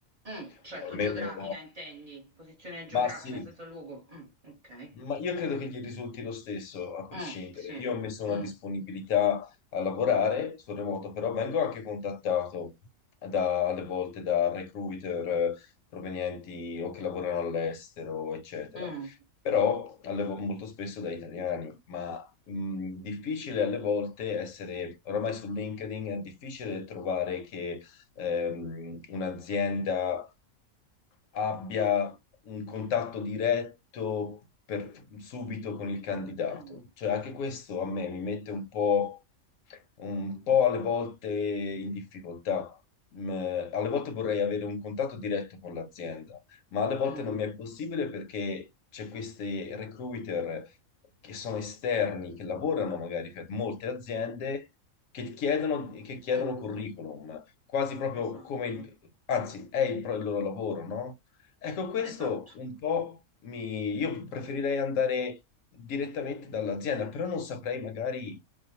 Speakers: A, on the right; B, on the left.
A: Mm, certo,
B: o almeno,
A: geografica intendi, posizione geografica,
B: ma sì.
A: cioè senza luogo. Mm, ok.
B: Ma io credo che gli risulti lo stesso, a prescindere.
A: Mm, sì.
B: Io ho messo una
A: Mm,
B: disponibilità a lavorare sul remoto, però vengo anche contattato da- alle volte da recruiter eh, provenienti o che lavorano all'estero, eccetera.
A: mm,
B: Però alle vo- molto spesso da italiani, ma mh, difficile alle volte essere, oramai su LinkedIn è difficile trovare che ehm, un'azienda abbia un contatto diretto per- subito con il candidato.
A: mm,
B: Cioè, anche questo a me mi mette un po', un po' alle volte in difficoltà. Mm, alle volte vorrei avere un contatto diretto con l'azienda, ma alle volte
A: mm,
B: non mi è possibile perché c'è questi recruiter che sono esterni, che lavorano magari per molte aziende, che chiedono, che chiedono
A: mm.
B: curriculum, quasi proprio
A: Esatto,
B: come il- anzi, è il, pro- il loro lavoro, no? Ecco, questo
A: esatto.
B: un po' mi... Io preferirei andare direttamente dall'azienda, però non saprei magari